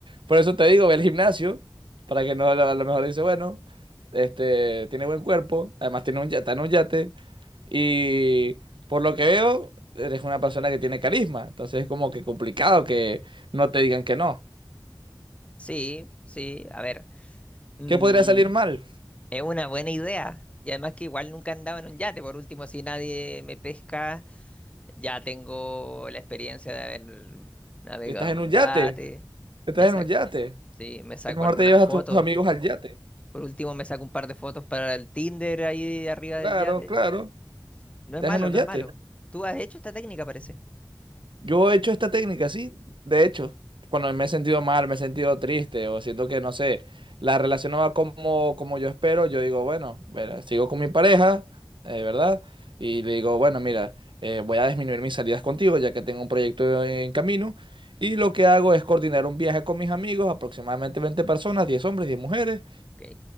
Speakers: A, on the right; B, on the left.
A: Por eso te digo, ve al gimnasio, para que no a lo a lo mejor dice, bueno, este, tiene buen cuerpo, además tiene un yate, está en un yate, y por lo que veo, eres una persona que tiene carisma, entonces es como que complicado que no te digan que no.
B: Sí, sí, a ver. mm,
A: ¿Qué podría salir mal?
B: Es una buena idea. Y además que igual nunca andaba en un yate. Por último, si nadie me pesca, ya tengo la experiencia de haber navegado
A: Estás en un
B: en un
A: yate,
B: yate.
A: estás
B: Me saco,
A: en un yate.
B: sí, me saco
A: A lo mejor
B: algunas
A: te llevas
B: fotos.
A: a tus amigos al yate.
B: Por último, me saco un par de fotos para el Tinder ahí de arriba
A: Claro,
B: del yate.
A: claro,
B: No
A: estás
B: es malo,
A: en un
B: no
A: yate.
B: es malo. Tú has hecho esta técnica, parece.
A: Yo he hecho esta técnica, sí, de hecho, cuando me he sentido mal, me he sentido triste o siento que, no sé, la relación no va como, como yo espero, yo digo, bueno, verá, sigo con mi pareja, eh, ¿verdad? Y le digo, bueno, mira, eh, voy a disminuir mis salidas contigo ya que tengo un proyecto en camino. Y lo que hago es coordinar un viaje con mis amigos, aproximadamente 20 personas, 10 hombres, diez mujeres
B: Ok.